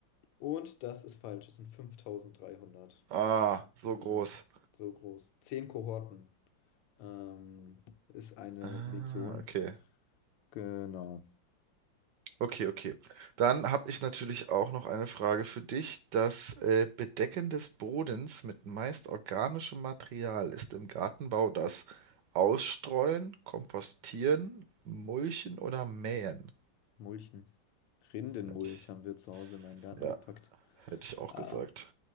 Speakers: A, on the left; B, on the right.
A: Und das ist falsch, es sind fünftausenddreihundert
B: Ah, so
A: Hm,
B: groß.
A: so groß. Zehn Kohorten ähm, ist eine
B: Ah,
A: Legion.
B: okay.
A: Genau.
B: Okay, okay. Dann habe ich natürlich auch noch eine Frage für dich. Das äh, Bedecken des Bodens mit meist organischem Material ist im Gartenbau das Ausstreuen, Kompostieren, Mulchen oder Mähen.
A: Mulchen. Rindenmulch
B: Hätte ich,
A: haben wir zu Hause in meinen Garten
B: ja,
A: gepackt.
B: hätte ich auch
A: Ah,
B: gesagt.